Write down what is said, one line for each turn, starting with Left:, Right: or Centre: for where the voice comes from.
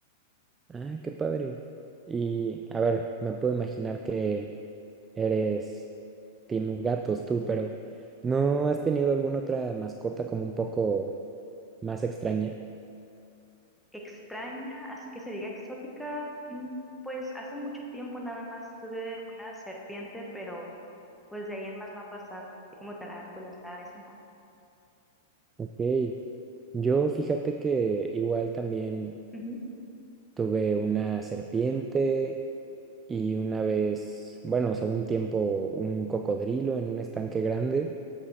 Right: Ah, qué padre. Y, a ver, me puedo imaginar que eres team gatos tú, pero ¿no has tenido alguna otra mascota como un poco más extraña?
Centre: Extraña, así que se diga exótica, mm, pues hace mucho tiempo nada más tuve una serpiente, pero pues de ahí en más no ha pasado, así como tarántulas, nada de eso no.
Right: Ok, yo fíjate que igual también
Centre: Ujú.
Right: tuve una serpiente, y una vez, bueno, o sea, un tiempo un cocodrilo en un estanque grande